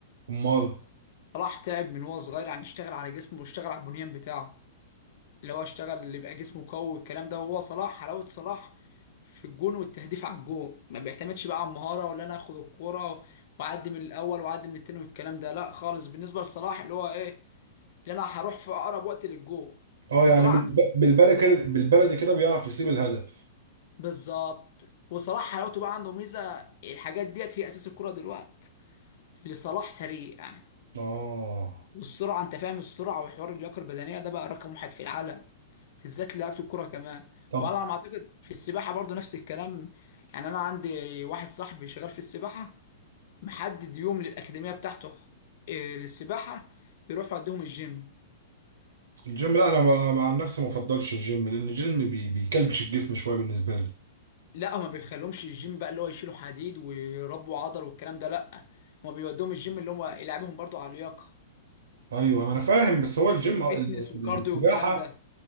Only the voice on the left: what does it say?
صلاح تعب من هو صغير يعني اشتغل على جسمه واشتغل على البنيان بتاعه اللي هو اشتغل اللي يبقى جسمه قوي والكلام ده وهو صلاح حلاوة صلاح في الجون والتهديف على الجون ما بيعتمدش بقى على المهارة ولا انا اخد الكرة واعدي من الاول واعدي من التاني والكلام ده لا خالص بالنسبة لصلاح اللي هو ايه اللي انا هروح في اقرب وقت للجون
وصلاح
بالظبط وصلاح حلاوته بقى عنده ميزه الحاجات ديت هي اساس الكره دلوقتي اللي صلاح سريع
والسرعه انت فاهم السرعه وحوار اللياقه البدنيه ده بقى رقم واحد في العالم بالذات لعيبه الكره كمان
وعلى ما اعتقد في السباحه برضو نفس الكلام يعني انا عندي واحد صاحبي شغال في السباحه محدد يوم للاكاديميه بتاعته إيه، للسباحه بيروح يوديهم الجيم
لا هما بيخليهمش الجيم بقى اللي هو يشيلوا حديد ويربوا عضل والكلام ده لا هما بيودوهم الجيم اللي هما يلعبهم برضو على اللياقه
فيتنس
وكارديو
والكلام ده